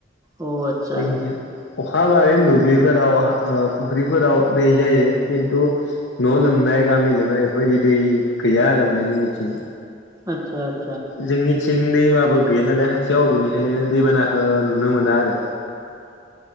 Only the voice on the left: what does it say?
जोंनिथिं अ खा हाबाय दुब्लिफोराव ओ फुख्रिफोराव दै जायो खिन्थु न' लोमनाय गामि लोमनाय बेफोरबायदि दै गैया आरो माने जोंनिथिं।
जोंनिथिं दैमाबो गैया नालाय खाथियाव बेनिखायनो दैबानाखो नुनो मोना आरो।